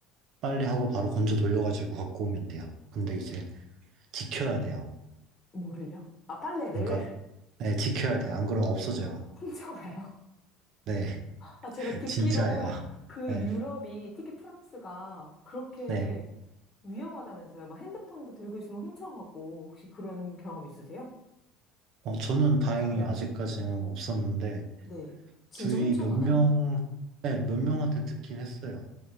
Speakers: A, on the right; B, on the left.
A: 빨래하고 바로 건조 돌려가지고 갖고 오면 돼요. 근데 이제 지켜야 돼요.
B: 뭐를요? 아, 빨래를
A: 그러니까 네, 지켜야 돼요. 안 그러면 없어져요.
B: <laughs> 훔쳐가요?
A: 네,
B: 아, 제가
A: <laughs>
B: 듣기로
A: 진짜예요.
B: 그
A: 네,
B: 유럽이, 특히 프랑스가 그렇게
A: 네.
B: 위험하다면서요. 막 핸드폰도 들고 있으면 훔쳐가고, 혹시 그런 경험 있으세요?
A: 어, 저는 다행히
B: 네,
A: 아직까지는 없었는데
B: 네. 진짜
A: 주위
B: 훔쳐가나요?
A: 몇 명, 네, 몇 명한테 듣긴 했어요.